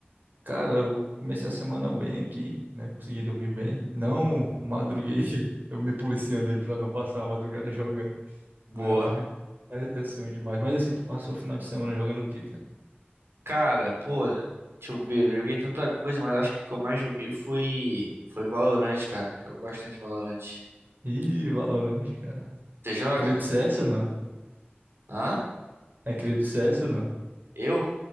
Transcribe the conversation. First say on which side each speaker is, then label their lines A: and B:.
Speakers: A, on the right; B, on the right.
A: cara, eu comecei a semana bem aqui, né? Consegui dormir bem. Não madruguei, <laughs> eu me policiando aí pra não passar a madrugada jogando,
B: Boa.
A: né? Mas é, é sonho demais. Mas assim, tu passou o final de semana jogando o quê, cara?
B: Cara, pô, deixa eu ver. Eu joguei tanta coisa, mas acho que o que eu mais joguei foi. Foi Valorant, cara. Jogo bastante Valorant.
A: Ih, Valorant, cara.
B: Você joga?
A: Cria do CS ou não?
B: Hã?
A: É cria do CS ou não?
B: Eu?